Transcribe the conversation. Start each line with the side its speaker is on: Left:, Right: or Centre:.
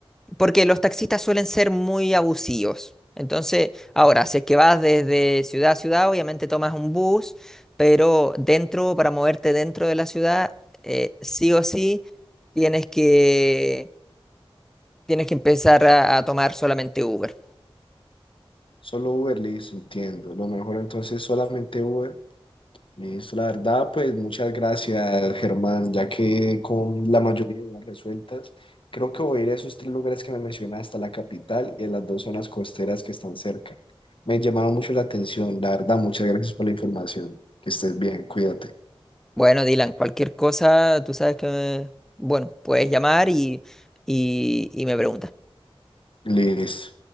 Centre: Porque los taxistas suelen ser muy abusivos. Entonces, ahora, si es que vas desde ciudad a ciudad, obviamente tomas un bus, pero dentro, para moverte dentro de la ciudad, eh, sí o sí, tienes que, tienes que empezar a, a tomar solamente Uber.
Left: Solo Uber, listo, entiendo. Lo mejor entonces solamente Uber. Listo, la verdad, pues muchas gracias, Germán, ya que con la mayoría de dudas resueltas, creo que voy a ir a esos tres lugares que me mencionaste, a la capital y a las dos zonas costeras que están cerca. Me llamaron mucho la atención, la verdad, muchas gracias por la información. Que estés bien, cuídate.
Centre: Bueno, Dylan, cualquier cosa, tú sabes que, bueno, puedes llamar y, y, y me preguntas.
Left: Listo.